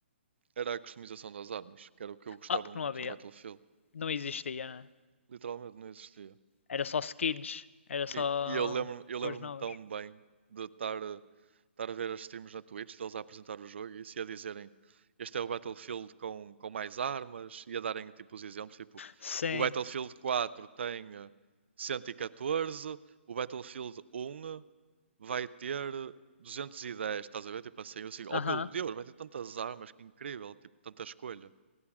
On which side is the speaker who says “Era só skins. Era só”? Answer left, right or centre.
Left